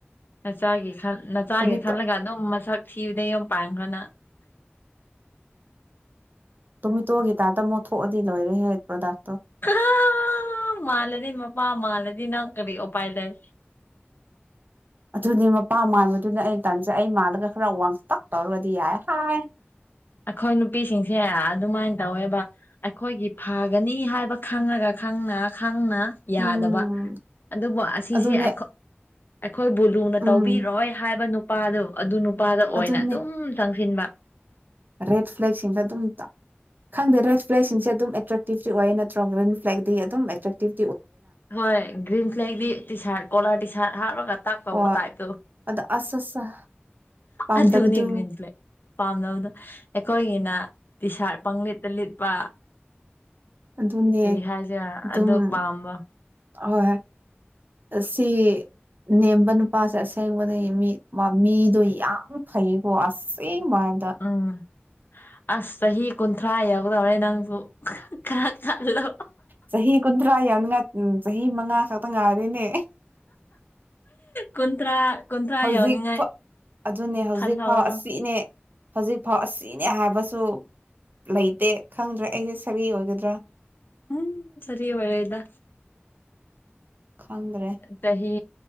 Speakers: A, on the left; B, on the right.
A: ꯅꯆꯥꯒꯤ ꯈꯜ ꯅꯆꯥꯒꯤ
B: ꯇꯣꯃꯦꯇꯣ
A: ꯈꯜꯂꯒ ꯑꯗꯨꯝ ꯃꯁꯛ꯫ ꯊꯤꯕꯗ ꯌꯨꯝ ꯄꯥꯡꯈ꯭ꯔꯣꯅ꯫
B: ꯇꯣꯃꯦꯇꯣꯒꯤ ꯇꯔꯇ ꯃꯣꯠꯊꯣꯛꯑꯗꯤ ꯂꯣꯏꯔꯦ ꯍꯦ ꯄ꯭ꯔꯗꯛ꯫
A: ꯈꯥ ꯃꯥꯂꯅꯤ ꯃ꯫ ꯃꯥ ꯃꯥꯂꯗꯤ ꯅꯪ ꯀꯔꯤ ꯑꯣꯄꯥꯏ ꯂꯩ꯫
B: ꯑꯗꯨꯅꯤ ꯃꯄꯥ ꯃꯟꯕꯗꯨꯅꯦ ꯑꯩꯅ ꯇꯥꯟꯖꯩ ꯑꯩ ꯃꯥꯜꯂꯒ ꯈꯔ ꯋꯥꯡꯇꯛ ꯇꯧꯔꯒꯗꯤ ꯌꯥꯏ ꯍꯥꯏ꯫
A: ꯑꯩꯈꯣꯏ ꯅꯨꯄꯤꯁꯤꯡꯁꯦ ꯑꯗꯨꯃꯥꯏꯅ ꯇꯧꯋꯦꯕ ꯑꯩꯈꯣꯏꯒꯤ꯫ ꯐꯒꯅꯤ ꯍꯥꯏꯕ ꯈꯪꯉꯒ ꯈꯪꯅ꯫ ꯈꯪꯅ ꯌꯥꯗꯕ
B: ꯎꯝ
A: ꯑꯗꯨꯕꯨ ꯑꯁꯤꯁꯦ
B: ꯑꯗꯨꯅꯦ
A: ꯑꯩꯈꯣꯏ꯫ ꯑꯩꯈꯣꯏ ꯕꯨ ꯂꯨꯅ
B: ꯎꯝ
A: ꯇꯧꯕꯤꯔꯣꯏ ꯍꯥꯏꯕ ꯅꯨꯄꯥꯗꯣ ꯑꯗꯨ ꯅꯨꯄꯥꯗ ꯑꯣꯏꯅ
B: ꯑꯗꯨꯅꯦ
A: ꯑꯗꯨꯝ ꯆꯪꯁꯤꯟꯕ꯫
B: ꯔꯦꯠ ꯐ꯭ꯂꯦꯛꯁꯤꯡꯗ ꯑꯗꯨꯝ ꯇ꯫ ꯈꯪꯗꯦ ꯔꯦꯠ ꯐ꯭ꯂꯦꯛꯁꯤꯡꯁꯦ ꯑꯗꯨꯝ ꯑꯦꯇ꯭ꯔꯦꯛꯇꯤꯞꯇꯤ ꯑꯣꯏꯌꯦ ꯅꯠꯇ꯭ꯔꯣ ꯒ꯭ꯔꯤꯟ ꯐ꯭ꯂꯦꯛꯛꯇꯤ ꯑꯗꯨꯝ ꯑꯦꯇ꯭ꯔꯦꯛꯇꯤꯞ꯫
A: ꯍꯣꯏ ꯒ꯭ꯔꯤꯟ ꯐ꯭ꯂꯦꯛꯗꯤ T shirt colour T shirt ꯍꯥꯞꯔꯒ꯫ ꯇꯥꯛ ꯀꯧꯕ
B: ꯍꯣꯏ
A: ꯇꯥꯏꯗꯣ
B: ꯑꯗ ꯑꯁ ꯑꯁ ꯄꯥꯝꯗꯕꯗꯨ
A: ꯑꯗꯨꯅꯤ ꯒꯔ꯭ꯤꯟ ꯐꯂꯦꯒ꯫ ꯄꯥꯝꯅꯕꯗꯣ ꯑꯩꯈꯣꯏꯒꯤꯅ ꯇꯤꯁꯥꯔꯠ ꯄꯪ ꯂꯤꯠꯇ ꯂꯤꯠꯄ꯫
B: ꯑꯗꯨꯅꯦ
A: ꯀꯔꯤ ꯍꯥꯏꯁꯤꯔ
B: ꯑꯗꯨꯝ
A: ꯑꯗꯨ
B: ꯍ
A: ꯄꯥꯝꯕ
B: ꯍꯣꯏ꯫ ꯑꯁꯤ꯫ ꯅꯦꯝꯕ ꯅꯨꯄꯥꯁꯦ ꯑꯁꯦꯡꯕꯗꯒꯤ ꯃꯤ ꯃꯤꯗꯣ ꯌꯥꯝ ꯐꯩꯀꯣ ꯑꯁꯦꯡ꯫ ꯃꯥꯗ꯫
A: ꯎꯝ ꯑꯁ ꯆꯍꯤ ꯀꯨꯟꯊ꯭ꯔꯥ ꯌꯥꯎꯗꯧꯔꯦ ꯅꯪꯁꯨ꯫ ꯈꯔ ꯈꯜꯂꯣ
B: ꯆꯍꯤ ꯀꯨꯟꯊ꯭ꯔꯥ ꯌꯥꯉ ꯆꯍꯤ ꯃꯉꯥ ꯈꯛꯇ ꯉꯥꯏꯔꯦꯅꯦ꯫
A: ꯀꯨꯟꯊ꯭ꯔꯥ ꯀꯨꯟꯊ꯭ꯔꯥ
B: ꯍꯧꯖꯤꯛꯐ
A: ꯌꯧꯅꯤꯡꯉꯥꯏ
B: ꯑꯗꯨꯅꯦ ꯍꯧꯖꯤꯛꯐꯥꯎ
A: ꯈꯜꯍꯧꯔꯣ
B: ꯑꯁꯤꯅꯦ꯫ ꯍꯧꯖꯤꯛꯐꯥꯎ ꯑꯁꯤꯅꯦ ꯍꯥꯏꯕꯁꯨ꯫ ꯂꯩꯇꯦ ꯈꯪꯗ꯭ꯔꯦ ꯑꯩꯁꯦ ꯁꯔꯤ ꯑꯣꯏꯒꯗ꯭ꯔꯥ꯫
A: ꯎꯝ ꯁꯔꯤ ꯑꯣꯏꯔꯣꯏꯗ꯫
B: ꯈꯪꯗ꯭ꯔꯦ
A: ꯆꯍꯤ